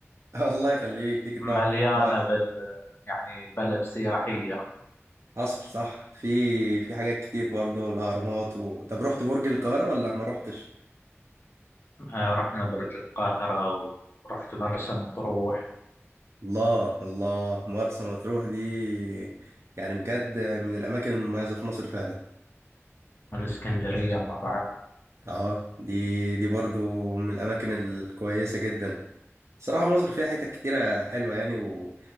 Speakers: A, on the right; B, on the left.
A: <laughs> الله يخليك تيجي تنور
B: مليانة
A: في الحوار.
B: بال يعني بلد سياحية
A: حصل صح في في حاجات كتير برضه الأهرامات و... طب رحت برج القاهرة ولا ما رحتش؟
B: آه، رحنا برج القاهرة ورحت مرسى مطروح
A: الله الله مرسى مطروح دي يعني بجد من الأماكن المميزة في مصر فعلا
B: والإسكندرية طبعا
A: آه دي دي برضه من الأماكن الكويسة جدا صراحة مصر فيها حتت كتيرة حلوة يعني و...